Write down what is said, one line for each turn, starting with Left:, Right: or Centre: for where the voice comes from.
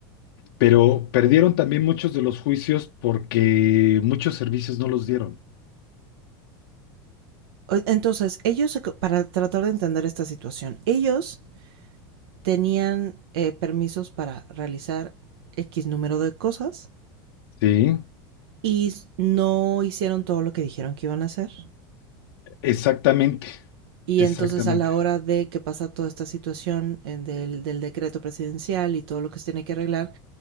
Left: Pero perdieron también muchos de los juicios porque muchos servicios no los dieron.
Right: Entonces, ellos, para tratar de entender esta situación, ellos tenían eh, permisos para realizar X número de cosas
Left: Sí,
Right: y no hicieron todo lo que dijeron que iban a hacer.
Left: exactamente,
Right: Y
Left: exactamente,
Right: entonces a la hora de que pasa toda esta situación eh, del, del decreto presidencial y todo lo que se tiene que arreglar,